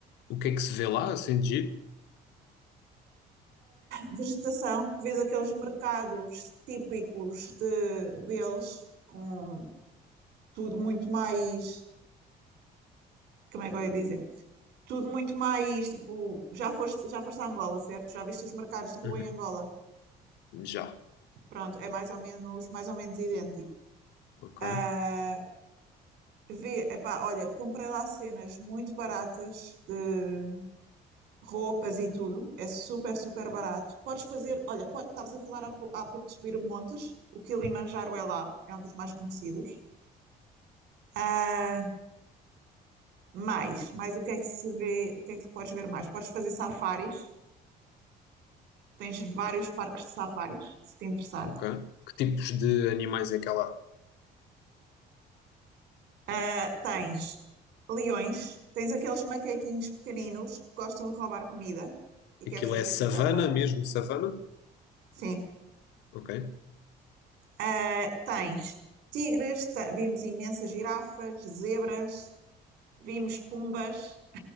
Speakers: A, on the left; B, on the right.
A: O que é que se vê lá, assim, de giro?
B: vegetação, vês aqueles mercados típicos de, deles, com tudo muito mais, como é que eu ia dizer? Tudo muito mais, tipo, já foste, já foste a Angola, certo? Já viste os mercados de rua
A: Uhum.
B: em Angola?
A: Já.
B: Pronto, é mais ou menos, mais ou menos idêntico.
A: Ok,
B: Uh, vê, epá, olha, comprei lá cenas muito baratas de roupas e tudo, é super, super barato. Podes fazer, olha, estavas a falar há, pou- há pouco de subir montes, o Kilimanjaro é lá, é um dos mais conhecidos. Ah, mais, mais o que é que se vê, o que é que podes ver mais? Podes fazer safaris, tens vários parques de safaris, se te interessar.
A: ok. Que tipos de animais é que há lá?
B: Ah, tens leões, tens aqueles macaquinhos pequeninos que gostam de roubar comida e que
A: Aquilo
B: é preciso
A: é
B: ter
A: savana
B: cuidado com eles.
A: mesmo, savana?
B: Sim.
A: Ok.
B: Ah, tens tigres, vimos imensas girafas, zebras, vimos pumbas